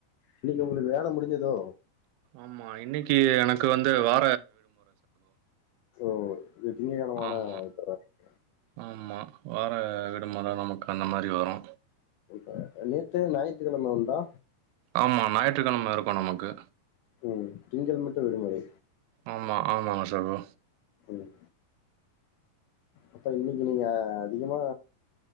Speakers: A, on the left; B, on the right.
A: இன்னைக்கு உங்குளுக்கு வேல முடிஞ்சிதோ
B: ஆமா இன்னைக்கி எனக்கு வந்து வா
A: ஓ இத் திங்ககெழம ஆனா
B: ஆமா.
A: <unintelligible>
B: ஆமா வார விடுமுற நமக்கு அந்த மாரி வரு
A: <inaudible> நேத்து ஞாயித்துக்கெழம உண்டா
B: ஆமா ஞாயிற்றுக்கெழம இருக்கு நமக்கு
A: ம் திங்கள் மட்டு விடுமுறை
B: ஆமா ஆமா சகோ
A: ம். அப்ப இன்னைக்கி நீங்க அதிகமா